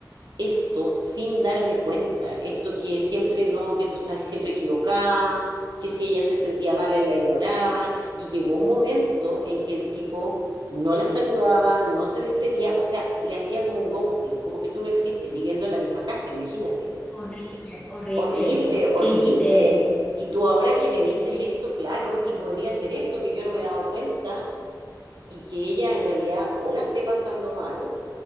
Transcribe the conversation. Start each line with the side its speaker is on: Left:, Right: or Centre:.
Right: esto sin darme cuenta, esto que siempre no, que tú estás siempre equivocada, que si ella se sentía mal, él la ignoraba, y llegó un momento en que el tipo no la saludaba, no se despedía, o sea, le hacía como un ghosting, como que tú no existes viviendo en la misma casa, imagínate.
Left: horrible, horrible.
Right: Horrible, horrible.
Left: Este,
Right: Y tú ahora que me dices esto, claro, y podría ser eso, que yo no me he dado cuenta y que ella en realidad o la esté pasando mal